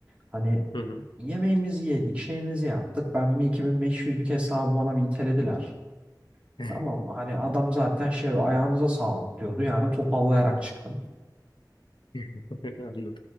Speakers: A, on the right; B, on the left.
A: Hani
B: Hı hı.
A: yemeğimizi yedik, şeyimizi yaptık. Ben bir 2500'lük hesabı bana bir itelediler.
B: <laughs>
A: Tamam mı? Hani adam zaten şey ayağınıza sağlık diyordu. Yani topallayarak çıktım.
B: <laughs> Anladım.